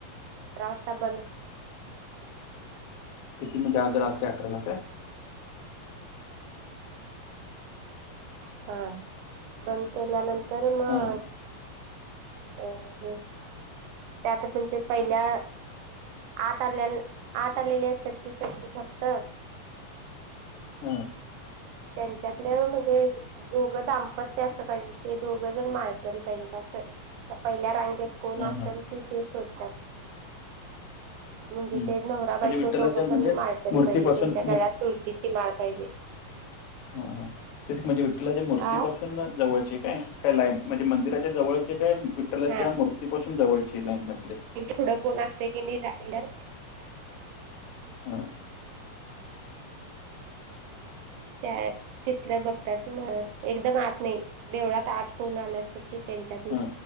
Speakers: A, on the right; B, on the left.
A: रास्ता बंद
B: किती म्हणजे आज रात्री अकराला काय?
A: हा, बंद केल्यानंतर मग
B: हां,
A: अ हे त्यात पण ते पहिल्या आत आल्याना आत आलेली असत्यात की सगळी फक्त
B: हम्म,
A: त्यांच्यातलं म्हणजे दोघं दाम्पत्य असं पाहिजे ते दोघं जण माळकरी पाहिजे असं त्या पहिल्या रांगेत कोण
B: हां,
A: असेन
B: हां.
A: की ते शोधत्यात. म्हणजे
B: हं.
A: ते नवरा बायको
B: म्हणजे विठ्ठलाच्या
A: दोघं
B: म्हणजे
A: पण माळकरी
B: मूर्तीपासून
A: पाहिजे. त्यांच्या गळ्यात तुळशीची माळ पाहिजे. <inaudible>
B: हा, तेच की म्हणजे विठ्ठलाच्या मूर्तीपासून
A: आ
B: जवळचे काय, काय लाईन, म्हणजे मंदिराच्या जवळचे काय. विठ्ठलाच्या
A: हा
B: मूर्तीपासून जवळची लाईन मधले.
A: पुडं कोण असतेय की नाही राहील्यात.
B: हा.
A: त्या, तिथलं बघतात पन, एकदम आत नाही, देवळात आत कोण आल्या असल. की त्यांच्यातली,
B: हां.